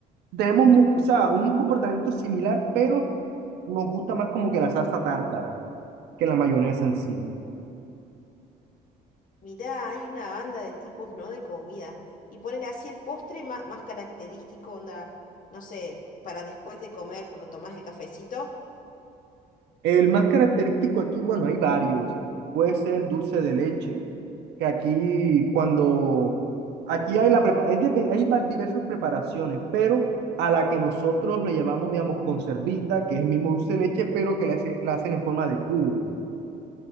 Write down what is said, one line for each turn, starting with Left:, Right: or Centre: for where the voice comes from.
Right: tenemos, mu- o sea, un comportamiento similar, pero nos gusta más como que la salsa tártara que la mayonesa en sí.
Left: Mirá, hay una banda de tipos, ¿no? De comida. Y ponele así el postre ma- más, característico, onda, no sé, para después de comer, cuando tomás el cafecito.
Right: El más característico aquí, bueno, hay varios. Puede ser el dulce de leche, que aquí cuando, aquí hay, la, prepa- hay, depe- hay va- diversas preparaciones, pero a la que nosotros le llamamos, digamos, conservita, que es el mismo dulce de leche, pero que la, hace- la hacen en forma de cubo.